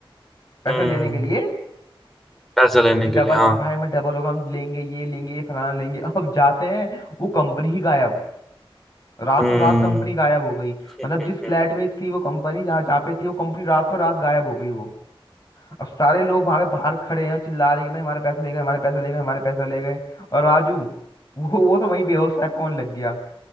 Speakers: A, on the left (about 40°); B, in the centre.
A: पैसा
B: हम्म
A: लेने के लिए
B: पैसे लेने
A: कि डबल
B: के लिए हाँ
A: कि भाई मैं डबल होगा हम लेंगे ये लेंगे ये फलाना लेंगे <laughs> अब जाते हैं वो कंपनी ही गायब रातों
B: हम्म
A: रात कंपनी गायब हो गई
B: <laughs>
A: मतलब जिस फ्लैट
B: हम्म,
A: में थी वो कंपनी जहाँ जहाँ पे थी वो कंपनी रातों रात गायब हो गई वो अब सारे लोग वहां पे बाहर खड़े हैं चिल्ला रहे हैं कि भाई हमारे पैसे ले गए हमारे पैसे ले गए हमारे पैसे ले गए और राजू वो वो तो वहीं बेहोश टाइप कौन लग गया